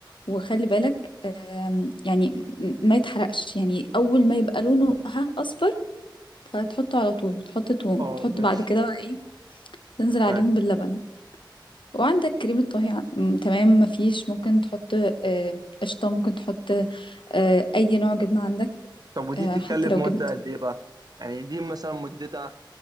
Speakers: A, on the left (about 80°); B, on the right (about 50°).
A: وخلي بالك آم، يعني ما يتحرقش يعني اول ما يبقى لونه ها اصفر فهتحطه على طول تحط توم
B: أه
A: تحط
B: ماشي
A: بعد كده بقى ايه تنزل عليهم
B: طيب
A: باللبن وعندك كريمة طهي ع- م- تمام مفيش ممكن تحط آه، قشطة ممكن تحط آه، أي نوع جبنة عندك
B: طب ودي
A: آه،
B: تتكلف
A: حتى لو
B: مدة
A: جبنة كريم
B: قد إيه بقى؟ يعني دي مثلا مدتها